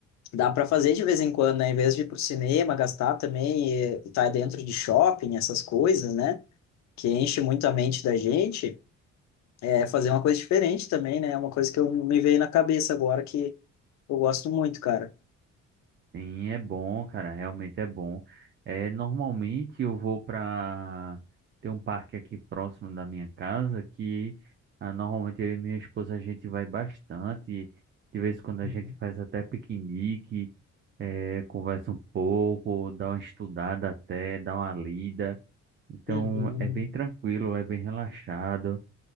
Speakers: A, on the left (about 65°); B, on the right (about 35°).
A: dá para fazer de vez em quando, né, em vez de ir pro cinema, gastar também e estar dentro de shopping, essas coisas, né, que enche muito a mente da gente é, fazer uma coisa diferente também, né? É uma coisa que eu me veio na cabeça agora que eu gosto muito, cara.
B: Sim, é bom, cara, realmente é bom. É, normalmente eu vou para tem um parque aqui próximo da minha casa que ah, normalmente eu e minha esposa a gente vai bastante. De vez em quando
A: Uhum.
B: a gente faz até piquenique, é, conversa um pouco, dá uma estudada até, dá uma lida. Então
A: Uhum.
B: é bem tranquilo, é bem relaxado.